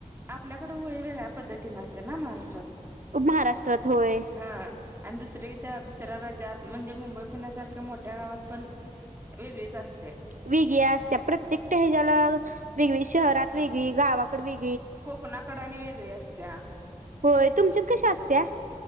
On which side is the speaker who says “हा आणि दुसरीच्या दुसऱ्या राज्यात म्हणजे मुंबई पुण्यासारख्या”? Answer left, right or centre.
Right